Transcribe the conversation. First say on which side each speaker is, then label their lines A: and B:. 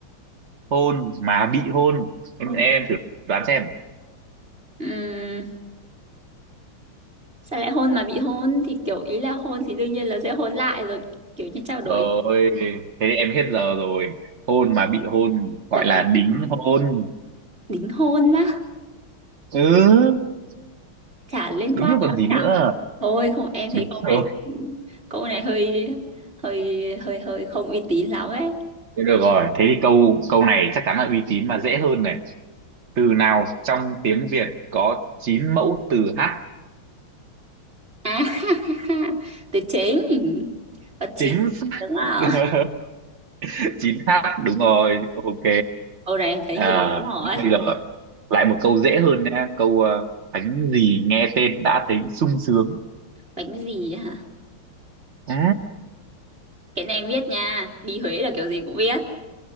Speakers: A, on the right; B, on the right.
A: hôn mà bị hôn em,
B: hôn
A: em thử đoán xem
B: Ừm, sao lại hôn mà bị hôn thì kiểu ý là hôn thì đương nhiên là sẽ hôn lại rồi kiểu như trao đổi
A: ôi thế thì em hết giờ rồi hôn mà bị hôn gọi
B: là
A: là
B: cái
A: đính hôn
B: đính hôn á
A: ừ
B: chả liên
A: đúng
B: quan
A: rồi còn
B: lắm
A: gì
B: cả
A: nữa
B: thôi không em thấy
A: đúng
B: câu
A: rồi
B: này câu này hơi hơi hơi hơi không uy tín lắm ấy
A: Thế được rồi thế thì câu câu này chắc chắn là uy tín mà dễ hơn này từ nào trong tiếng Việt có 9 mẫu từ hát
B: à <laughs> từ chính và chín
A: chính xác
B: đúng không
A: <laughs> 9 hát đúng rồi ok
B: câu này em thấy
A: À,
B: nhiều lắm rồi
A: thế bây giờ lại một câu dễ hơn nha câu ờ, bánh gì nghe tên đã thấy sung sướng
B: bánh gì hả
A: ừ?
B: cái này em biết nha đi Huế là kiểu gì cũng biết